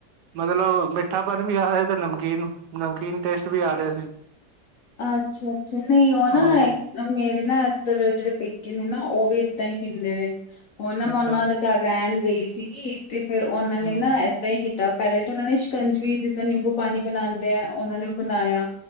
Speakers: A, on the right; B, on the left.
A: ਮਤਲਬ ਮਿੱਠਾਪਨ ਵੀ ਆ ਰਿਹਾ, ਤੇ ਨਮਕੀਨ ਨਮਕੀਨ ਟੇਸਟ ਵੀ ਆ ਰਹਾ ਸੀ।
B: ਅੱਛਾ- ਅੱਛਾ ਨਹੀਂ ਉਹ ਨਾ
A: ਹਾਂ
B: ਹੈ? ਮੇਰੇ ਨਾ ਇੱਧਰ ਜਿਹੜੇ ਪੇਕੇ ਨੇ ਨਾ, ਉਹ ਵੀ ਇਏਦਾਂ ਹੀ ਪੀਂਦੇ ਨੇ। ਉਹ ਨਾ ਮੈਂ
A: ਅੱਛਾ
B: ਉਹਨਾਂ ਦਾ ਘਾਰ ਰਹਿਣ ਗਈ ਸੀਗੀ, ਤੇ ਫੇਰ ਉਹਨਾਂ ਨੇ
A: ਹੂੰ
B: ਨਾ, ਇੱਦਾਂ ਹੀ ਕੀਤਾ, ਪਹਿਲੇ ਤਾਂ ਉਹਨਾਂ ਨੇ ਸ਼ਿਕੰਜਵੀ ਜਿੱਦਾਂ ਨਿੰਬੂ ਪਾਣੀ ਬਣਾਉਂਦੇ ਹੈ। ਉਹਨਾਂ ਨੇ ਉਹ ਬਣਾਇਆ।